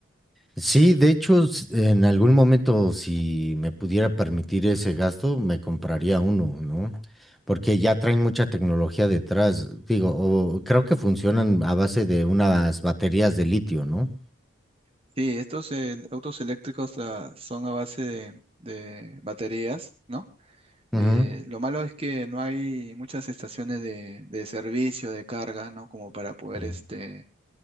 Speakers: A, in the centre; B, on the right.
A: Sí, de hecho, s- en algún momento, si me pudiera permitir ese gasto, me compraría uno, ¿no? Porque ya traen mucha tecnología detrás. Digo, o creo que funcionan a base de unas baterías de litio, ¿no?
B: Sí, estos eh, autos eléctricos ah, son a base de, de baterías, ¿no? Eh,
A: Ujú,
B: lo malo es que no hay muchas estaciones de, de servicio, de carga, ¿no? Como para poder
A: ujú.
B: este,